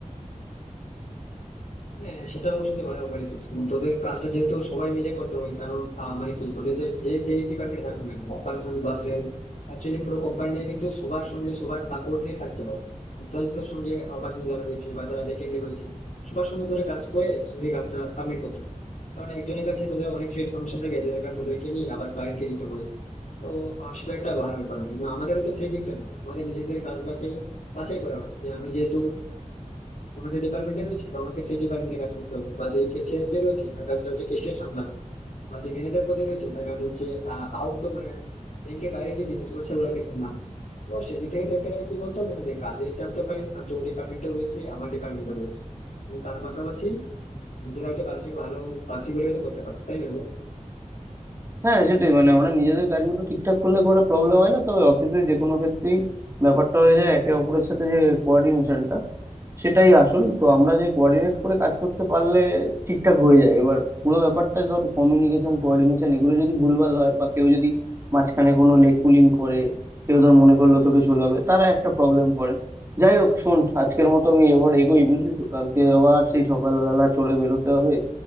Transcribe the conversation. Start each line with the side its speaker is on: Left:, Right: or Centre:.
Left: হ্যাঁ সেটা অবশ্য তুই ভালো বলেছিস উম, তোদের কাজটা যেহেতু সবাই মিলে করতে হয় কারণ আহ, মানে কি তোদের যে যে যে ডিপার্টমেন্টে থাকুক না অপারেশন বা সেলস অ্যাকচুয়ালি পুরো কোম্পানিটা কিন্তু সবার সঙ্গে সবার কোঅর্ডিনেট থাকতে হবে সেলস এর সঙ্গে অপারেশন যারা রয়েছে বা যারা ব্যাকএন্ডে রয়েছে সবার সঙ্গে তোদের কাজ করে একসঙ্গে কাজটা সাবমিট করতে হবে। কারণ একজনের কাছে তোদের অনেক কিছু ইনফরমেশন থাকে যেটা তোদেরকে নিয়ে আবার ক্লায়েন্টকে দিতে হয় তো আহ, সেটা একটা ভালো ব্যাপার কিন্তু আমাদের তো সেই দিকটা নেই আমাদের নিজেদের কাজগুলোকে বাছাই করা হয়েছে যে আমি যেহেতু কোনোটা ডিপার্টমেন্টে রয়েছে তো আমাকে সেই ডিপার্টমেন্টে কাজ করতে হবে বা যে ক্যাশিয়ার যে রয়েছে তার কাজটা হচ্ছে ক্যাশিয়ার সামলানো বা যে ম্যানেজার পদে রয়েছে তার কাজ হচ্ছে আউট মানে ব্যাংকের বাইরে যে বিজনেস গুলো সেগুলোকে সামলানো তো সেদিক থেকে দেখতে গেলে কি বলতো মানে দেখ কাজের চাপ তো প্রায় তো ডিপার্টমেন্টও রয়েছে আমার ডিপার্টমেন্টও রয়েছে তো তার পাশাপাশি নিজেরা হয়তো কাজটাকে ভালো বাসি বলে হয়তো করতে পারছে তাই না বল?
Right: হ্যাঁ সেটাই মানে আমরা নিজেদের কাজগুলো ঠিকঠাক করলে খুব একটা প্রবলেম হয় না তবে অফিসের যে কোনো ক্ষেত্রেই ব্যাপারটা হয়ে যায় একে অপরের সাথে যে কোঅর্ডিনেশনটা সেটাই আসল তো আমরা যে কোঅর্ডিনেট করে কাজ করতে পারলে ঠিকঠাক হয়ে যায় এবার পুরো ব্যাপারটা ধর কমিউনিকেশন কোঅর্ডিনেশন এগুলো যদি ভুলভাল হয় বা কেউ যদি মাঝখানে কোনো লেগ পুলিং করে কেউ ধর মনে করলো তোকে ঝোলাবে তারা একটা প্রবলেম করে যাই হোক শোন আজকের মতো আমি এবার এগোই বুঝলি তো কালকে আবার সেই সকালবেলা চড়ে বেরোতে হবে